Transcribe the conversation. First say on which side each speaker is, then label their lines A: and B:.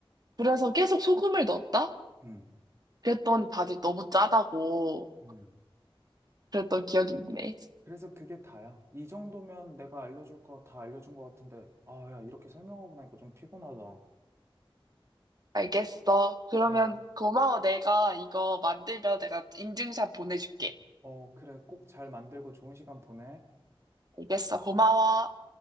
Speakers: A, on the right; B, on the right.
A: 그래서 계속 소금을 넣었다?
B: 음,
A: 그랬더니 다들 너무 짜다고
B: 음.
A: 그랬던 기억이 있네.
B: 그래서 그게 다야. 이 정도면 내가 알려줄 거 다 알려준 거 같은데, 아, 야, 이렇게 설명하고 나니까 좀 피곤하다.
A: 알겠어. 그러면
B: 어.
A: 고마워. 내가 이거 만들면 내가 인증샷 보내줄게.
B: 어, 그래. 꼭 잘 만들고 좋은 시간 보내.
A: 알겠어. 고마워.